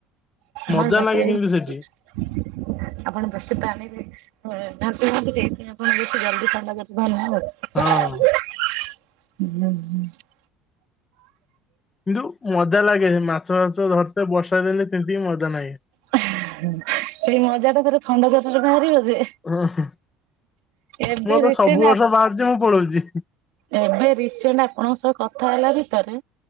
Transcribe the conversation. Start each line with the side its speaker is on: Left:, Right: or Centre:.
Right: ଭାଇ
Left: ମଜା
Right: ବେଶୀ
Left: ନାଗେ କିନ୍ତୁ ସେଠି।
Right: <inaudible> ଆପଣ ବେଶୀ ପାଣିରେ ଘାଣ୍ଟି ଘାଣ୍ଟି ଦେଇଥିବେ ଆପଣ ବେଶୀ ଜଲଦି ଥଣ୍ଡା ଜର <unintelligible>
Left: ହଁ
Right: <unintelligible>
Left: କିନ୍ତୁ ମଜା ଲାଗେ ମାଛ ଫାଛ ଧରିତେ ବର୍ଷା ଦେଲେ ତିନ୍ତି କି ସେମିତିି ମଜା ନାଗେ।
Right: ସେଇ ମଜାଟା ପରେ ଥଣ୍ଡା ଜରରେ ବାହାରିବ। ଯେ
Left: ଓହୋ
Right: ଏବେ
Left: ମୋର
Right: ରିସେଣ୍ଟ
Left: ତ ସବୁ ବର୍ଷ ବାହାରୁଚି ମୁଁ ପଳଉଚି।
Right: ଏବେ ରିସେଣ୍ଟ ଆପଣଙ୍କ ସହ କଥା ହେଲା ଭିତରେ